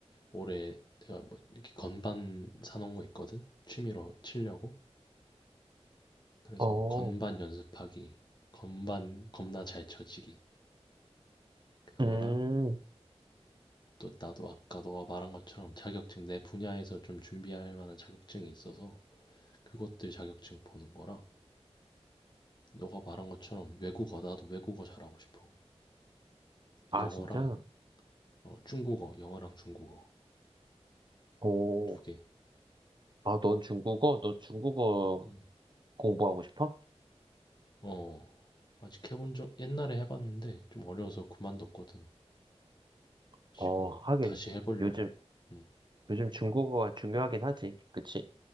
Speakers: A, on the left; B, on the right.
A: 올해 내가 뭐 이렇게 건반 사놓은 거 있거든? 취미로 치려고. 그래서
B: 어,
A: 건반 연습하기, 건반 겁나 잘 쳐지기. 그거랑
B: 음,
A: 또 나도 아까 너가 말한 것처럼 자격증 내 분야에서 좀 준비할 만한 자격증이 있어서 그것들 자격증 보는 거랑 너가 말한 것처럼 외국어, 나도 외국어 잘하고 싶어.
B: 아,
A: 영어랑
B: 진짜?
A: 어, 중국어, 영어랑 중국어
B: 오,
A: 두 개.
B: 아, 넌 중국어? 너 중국어
A: 음.
B: 공부하고 싶어?
A: 어. 아직 해본적 옛날에 해 봤는데 좀 어려워서 그만뒀거든. 지금
B: 어, 하긴,
A: 다시 해 보려고.
B: 요즘,
A: 음.
B: 요즘 중국어가 중요하긴 하지. 그치?